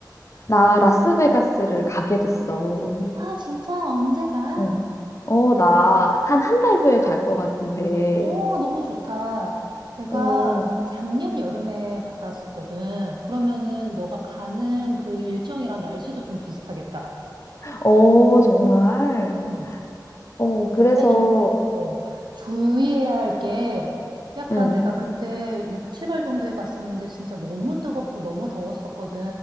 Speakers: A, on the left; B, on the right.
A: 나 라스베가스를 가게 됐어.
B: 아, 진짜 언제 가?
A: 어, 어, 나 한 한 달 후에 갈 것 같은데.
B: 어, 너무 좋다. 내가
A: 어,
B: 작년 여름에 갔다 왔었거든. 그러면은 너가 가는 그 일정이랑 날씨도 좀 비슷하겠다.
A: 어, 정말.
B: 음.
A: 어, 그래서,
B: 근데 조금, 어, 주의해야 할 게 약간
A: 응.
B: 내가 그때 6, 7월 정도에 갔었는데 진짜 너무 뜨겁고 너무 더웠었거든.